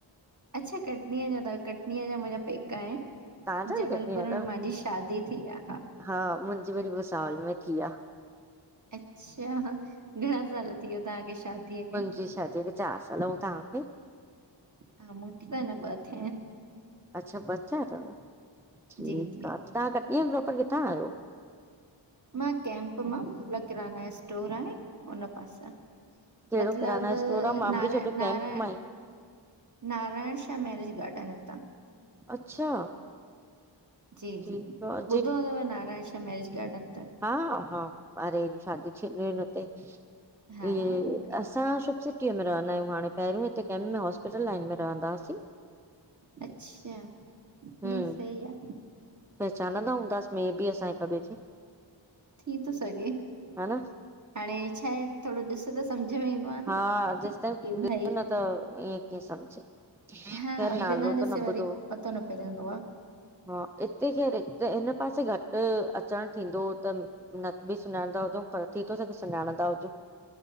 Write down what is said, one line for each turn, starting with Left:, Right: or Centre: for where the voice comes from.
Right: अच्छा कटनीअ जा अथव कटनीअ जा मुंहिंजा पैक आहिन।
Centre: तव्हांजा
Right: जबलपुर
Centre: बि कटनीअ जा
Right: में
Centre: तव?
Right: मांजी शादी थी आ हा।
Centre: हा, मुंजी वरी बुसावल में थी आ।
Right: अच्छा, घणा साल थी विया तव्हांखे शादीअ खे?
Centre: जी शादी खे चार साल, आऊं तहांखे?
Right: हा मुके त न बथे।
Centre: अच्छा, ॿचिआ तव ठीक
Right: जी जी
Centre: आ, तव्हां कटनी आ प्रोपर किथां आहियो?
Right: मां कैंप मां, मलप किराना स्टोर आहे हुन पासे आ।
Centre: कहिड़ो
Right: मतलब
Centre: किराना स्टोर आ, मां
Right: नारा
Centre: बि सोचो कैंप
Right: नाराय
Centre: मां ई,
Right: नारायण शाह मैरेज गार्डन हितां।
Centre: अच्छा।
Right: जी
Centre: ठीक
Right: जी,
Centre: आ,
Right: ॿुधो हूंदव नारायण शाह मैरिज गार्डन? त
Centre: हा-हा, हा अरे शादियूं थिंदियूं इन उते।
Right: हा
Centre: इए
Right: उहो ई
Centre: असां सुभ से ट में रहंदा आहियूं हाणे पहिरों हिते कें में हॉस्पिटल लाइन में रहंद हुआसी।
Right: अच्छा,
Centre: हम
Right: न सही आ।
Centre: पहचानंदा हूंदास में बि असां हिक ॿे खे।
Right: थी थो सघे,
Centre: हा न
Right: हाणे छा आहे थोरो ॾिस त सम्झ में ईंदो। आ
Centre: हा
Right: न
Centre: जेसताईं
Right: की
Centre: ॾिसो
Right: भई
Centre: न त ईअं कीअं सम्झे।
Right: हा,
Centre: खैर
Right: और
Centre: नालो
Right: बिना
Centre: त
Right: ॾिसे
Centre: न
Right: वरी
Centre: ॿुधो
Right: पतो न पएजंदो आ
Centre: हा हिते केर हिन पासे घटि अचण थींदो हो त न बि सुञाणंदा हुजउं पर थी थो सघे सुञाणा हुजउं।